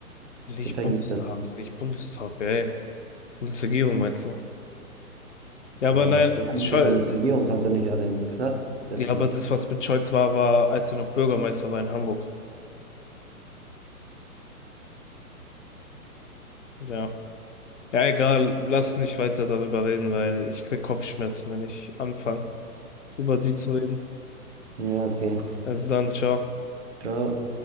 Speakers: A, on the left; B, on the right.
A: Nicht
B: ins Gefängnis
A: Bundestag,
B: setzen.
A: nicht Bundestag, ey. Bundesregierung meinst du? Ja,
B: Ja,
A: aber
B: oder
A: nein,
B: halt die ganze
A: Scholz,
B: Bundesregierung kannst du ja nicht alle in den Knast setzen.
A: ja, aber das, was mit Scholz war, war, als er noch Bürgermeister war in Hamburg. Ja. Ja, egal, lass nicht weiter darüber reden, weil ich krieg Kopfschmerzen, wenn ich anfange, über die zu reden.
B: Ja, okay.
A: Also dann, ciao.
B: Ciao.